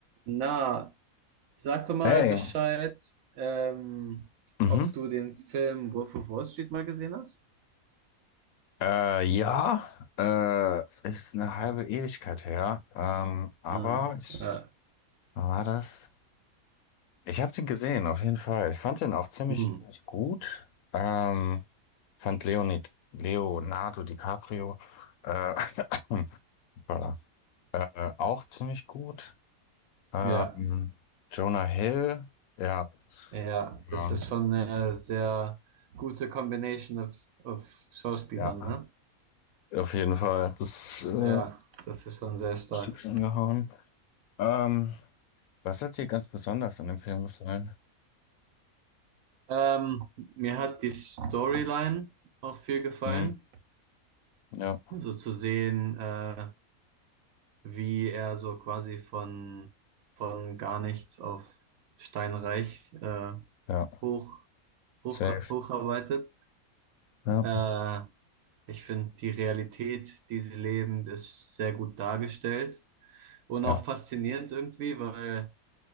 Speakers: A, on the right (about 70°); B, on the left (about 75°).
A: Na, sag doch mal
B: Hey,
A: Bescheid, ähm,
B: mhm.
A: ob du den Film Wolf of Wall Street mal gesehen hast.
B: Äh, ja, äh, ist eine halbe Ewigkeit her, ähm, aber
A: Ah,
B: ich,
A: ja.
B: wann war das? Ich habe den gesehen, auf jeden Fall. Ich fand den auch ziemlich,
A: Hm.
B: ziemlich gut. Ähm, fand Leonid, Leonardo DiCaprio, äh, <coughs> voilà, äh, äh, auch ziemlich gut. Ähm,
A: Ja,
B: Jonah Hill, ja,
A: ja, das
B: ja,
A: ist schon eine sehr gute Combination of, of Schauspielern,
B: ja,
A: ne?
B: auf jeden Fall, das äh,
A: Ja, das ist schon sehr stark.
B: Stück angehauen. Ähm, Was hat dir ganz besonders an dem Film gefallen?
A: Ähm, mir hat die Storyline auch viel gefallen.
B: Hm, ja,
A: so zu sehen, äh, wie er so quasi von, von gar nichts auf steinreich äh,
B: ja,
A: hoch, hoch,
B: safe.
A: hocharbeitet.
B: Ja,
A: Äh, ich finde, die Realität, die sie leben, ist sehr gut dargestellt und
B: ja,
A: auch faszinierend irgendwie, weil